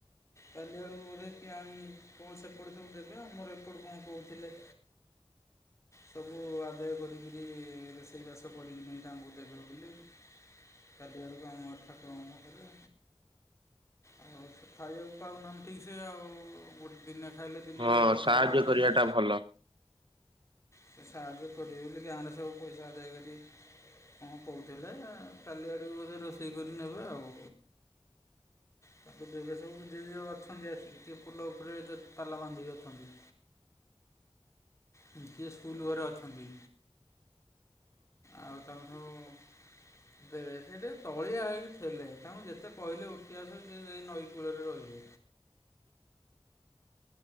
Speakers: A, on the left; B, on the right.
A: କାଲି ଆଡ଼ୁକୁ ବୋଧେ କିଏ ଆଣି ତମକୁ ସେପଟୁ ସବୁ ଦେବେ ଆମର ଏପଟୁ କଣ କହୁଥିଲେ ସବୁ ଆଦାୟ କରିକିରି ରୋଷେଇ ବାସ କରିକିନି ତାଙ୍କୁ ଦେବେ ବୋଲି କାଲି ଆଡ଼ୁକୁ ଆମ ଠାକୁରଙ୍କ ପାଖରେ ଆଉ ସେ ଖାଇବାକୁ ପାଉନାହାନ୍ତି ଠିକ ସେ ଆଉ ଗୋଟେ ଦିନେ ଖାଇଲେ ଦିନେ
B: ହଁ
A: <unintelligible> ଉପାସ
B: ସାହାଯ୍ୟ
A: ରହୁଛନ୍ତି।
B: କରିବା ଟା ଭଲ।
A: ସେ ସାହାଯ୍ୟ କରିବେ ବୋଲି ଗାଁରେ ସବୁ ପଇସା ଆଦାୟ କରି କଣ କହୁଥିଲେ କାଲି ଆଡ଼େକୁ ବୋଧେ ରୋଷେଇ କରି ନେବେ ଆଉ ତାଙ୍କୁ ଦେବେ ସବୁ ଯ ଯ ଆସିକି ସେ ପୁଲ ଉପରେ ତାଲା ବାନ୍ଧିକି ଅଛନ୍ତି। କିଏ ସ୍କୁଲ ଘରେ ଅଛନ୍ତି ଆଉ ତମେ ସବୁ
B: <inaudible>
A: <unintelligible> ସେଟେ ତଳିଆ ହେଇକି ଥିଲେ, ତାଙ୍କୁ ଯେତେ କହିଲେ ଉଠି ଆସ ସେଇ ନଈ କୂଳରେ ରହିବେ।
B: <inaudible>